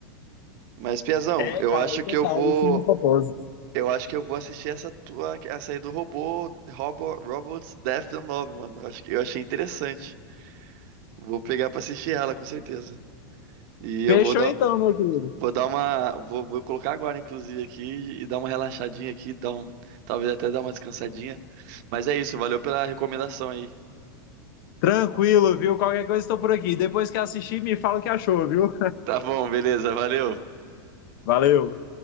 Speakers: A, on the right (about 55°); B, on the left (about 65°).
A: Mas, Piazão,
B: É,
A: eu
B: cara,
A: acho
B: é total,
A: que eu vou,
B: isso num propósito.
A: eu acho que eu vou assistir essa tua, essa aí do robô, Robo, Robots Death and Love, mano. Eu Acho que eu achei interessante. Vou pegar pra assistir ela, com certeza. E eu
B: Fechou
A: vou dar,
B: então, meu querido.
A: vou dar uma, vou, vou colocar agora, inclusive, aqui e dar uma relaxadinha aqui, dar um, talvez até dar uma descansadinha. Mas é isso, valeu pela recomendação aí.
B: Tranquilo, viu? Qualquer coisa estou por aqui. Depois que assistir, me fala o que achou, viu?
A: Tá bom, beleza, valeu.
B: Valeu!